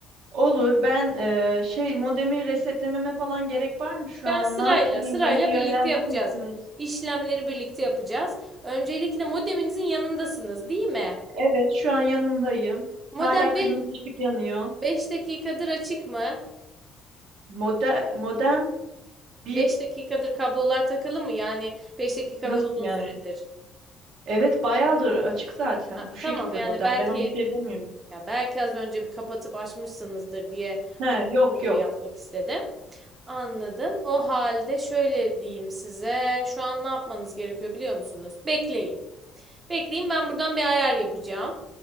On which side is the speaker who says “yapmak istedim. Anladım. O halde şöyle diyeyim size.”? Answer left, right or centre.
Right